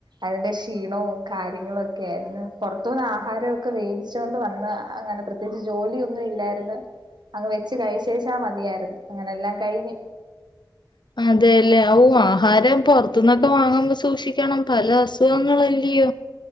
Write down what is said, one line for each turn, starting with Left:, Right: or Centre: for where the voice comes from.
Right: അതിന്റെ ക്ഷീണവും കാര്യങ്ങളുവൊക്കെ ആയിരുന്ന് പൊറത്തൂന്നാഹാരവൊക്കെ വേടിച്ചോണ്ട് വന്ന് അങ്ങനെ പ്രത് ത്യേച്ച് ജോലിയൊന്നുവില്ലായിരുന്ന് അങ്ങ് വെച്ച് കഴിച്ചേച്ചാ മതിയാരുന്ന് അങ്ങനെല്ലാം കഴിഞ്ഞു
Left: അതേല്ലേ ഔ ആഹാരം പൊറത്തുന്നൊക്കെ വാങ്ങുമ്പോ സൂക്ഷിക്കണം പല അസുഖങ്ങളല്ലിയോ